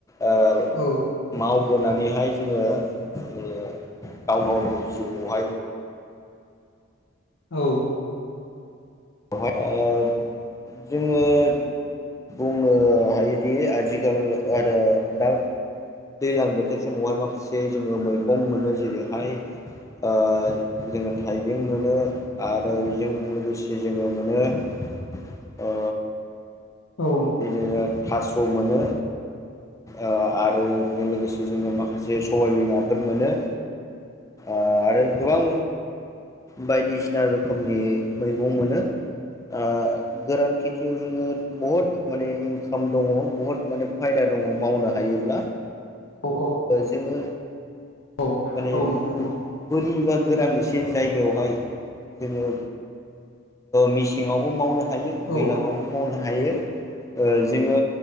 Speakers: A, on the left; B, on the left.
A: ओ
B: औ
A: मावबोनानैहाय जोङो माने गाव गावनि जिउआवहाय
B: औ।
A: बहाय ओ जोङो बुंनो हायोदि आजिखाल आरो दा दैज्लां बोथोर समावहाय माखासे जोङो मैगं मोनो जेरैहाय ओ जोङो थाइबें मोनो आरो बेजों लोगोसे जे जोङो मोनो ओ
B: औ।
A: बिदिनो थास' मोनो। ओ आरो बेजों लोगोसे जोङो माखासे सबाय बिमाफोर मोनो आरो गोबां बायदिसिना रोखोमनि मैगं मोनो ओ गोरान खेथियाव जोङो बहुत माने इनकाम दङ बुहुत माने फायदा दं दङ मावनो हायोब्ला
B: औ
A: जोङो
B: औ
A: माने
B: औ नोंथां औ
A: बोरि बा गोरान एसे जायगायावहाय जोङो मेसेङावबो मावनो हायो।
B: औ
A: दैलांवबो मावनो हायो जोङो